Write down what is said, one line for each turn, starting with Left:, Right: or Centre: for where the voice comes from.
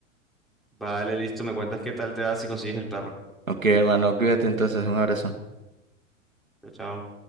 Centre: Vale, listo. Me cuentas qué tal te da si consigues el perro.
Right: ok, hermano, cuídate entonces, un abrazo.
Centre: Chao, chao.